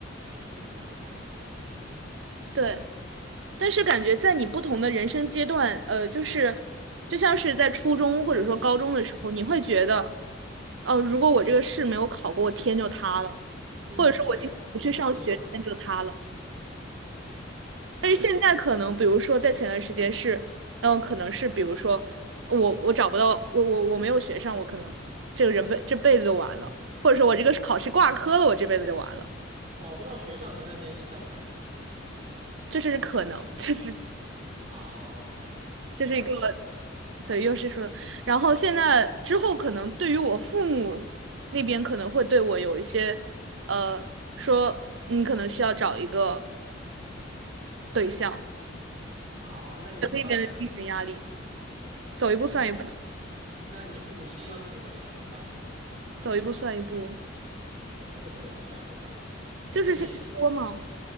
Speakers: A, on the right (about 35°); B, on the right (about 70°).
A: 一些挑战、一些困难，对吧？
B: 对，但是感觉在你不同的人生阶段，呃，就是就像是在初中或者说高中的时候，你会觉得，哦、如果我这个试没有考过，我天就塌了，
A: 嗯，
B: 或者说我今天不去上学，
A: 对，嗯，说的很好，
B: 天就塌了。
A: 嗯，
B: 但是现在可能，
A: 是的。
B: 比如说在前段时间是，嗯，可能是比如说我我找不到，我我我没有学上，我可能这个人辈这辈子就完了，或者说我这个考试挂科了，我这辈子就完了，
A: 找不到学上前段时间影响你的是什么？
B: 这是可能，这是
A: 哦，OK，
B: 这是一个。
A: 了解。
B: 对，又是说，然后现在之后可能对于我父母那边可能会对我有一些，呃，说你可能需要找一个对象，
A: 哦，那你怎么办呢？
B: 那边的精神压力，走一步算一步，
A: 那你父母一定要求你有个对象怎么办呢？
B: 走一步算一步，
A: 怎么个走一步算一步法？
B: 就是先拖嘛，
A: 那你